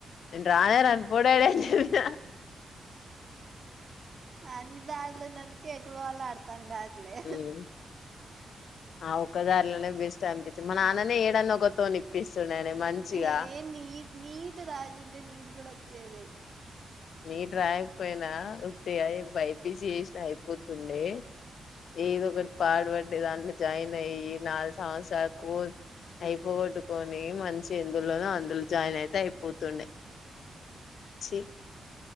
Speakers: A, on the left; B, on the right.
A: రానేే రన్పోడాడా చెిన
B: ఆ నిద అలే నంక వాళ్ళ ఆడుతాంగా ఇ
A: హ్మ్ ఆ ఒకదారులనే బెస్ అనిప మన నాన్ననే
B: అది
A: ఏడన్న ఒకతోని ఇప్పిస్తుండేనే మంచిగా
B: ఏ నీట్ నీట్ రాజుే నీట్ కూడాడ అచ్చదే
A: నీట్ రాయకపోయినా వయ బైపీసి చేసిన అయిపోతుండే ఏదో ఒకటి ఫార్వర్డ్ మీ దాంట్లో జాయిన్ పోయి నాలుగు సంవత్సరాలు స్కూల్స్ అయిపోగొట్టుకొని మంచిగా ఇందులోనొ అందులో జాయిన్ అయి అయిపోతుండే చె